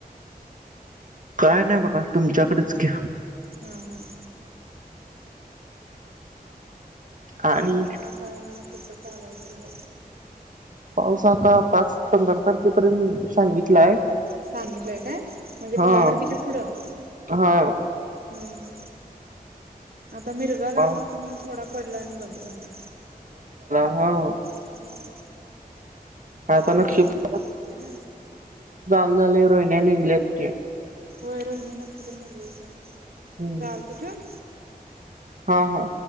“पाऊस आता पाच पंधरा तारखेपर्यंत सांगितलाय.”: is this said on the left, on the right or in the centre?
Right